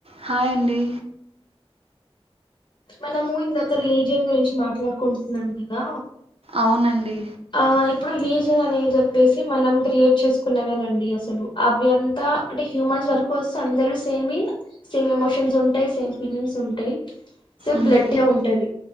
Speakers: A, on the right; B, on the left.
A: హాయ్ అండి
B: మనము ఇందాక రిలీజియన్ గురించి మాట్లాడుకుంటున్నాం గదా
A: అవునండి
B: ఆ ఇప్పుడు రిలీజియన్ అనేది చెప్పేసి మనం క్రియేట్ చేసుకున్నవేనండి అసలు అవి అంతా ఆణఅంటే హ్యూమన్స్ వర్క్ వస్తే అందరూ సేమి సేమ్ ఎమోషన్స్ ఉంటాయి సేమ్ ఫీలింగ్స్ ఉంటాయి సేమ్
A: మ్మ్.
B: బ్లడే ఉంటది.